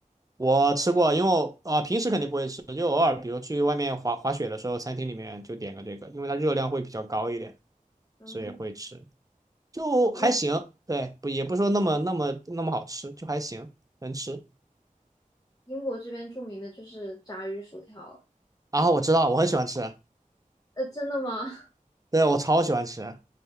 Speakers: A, on the right; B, on the left.
A: 我吃过，因为我啊、呃平时肯定不会吃，就偶尔比如去外面滑滑雪的时候，餐厅里面就点个这个，因为它热量会比较高一点，
B: 嗯，
A: 所以会吃，就还行。
B: 英
A: 对，不也不说那么那么那么好吃，就还行，能吃。
B: 英国这边著名的就是炸鱼薯条。
A: 然后我知道，我很喜欢吃，
B: 呃，真的吗？<laughs>
A: 对我超喜欢吃，